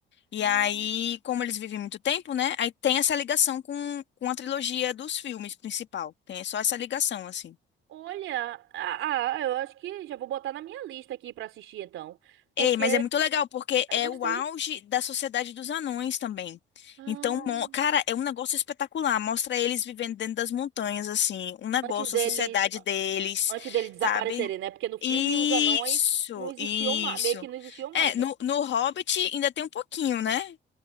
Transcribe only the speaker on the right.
Ah,
Olha, ah, ah, eu acho que já vou botar na minha lista aqui pra assistir então, porque
eu gostei.
Ah.
Antes deles,
Antes dele desaparecerem,
né? Porque no filme
os anões não existiam
mais, meio que não existiam
mais,
né?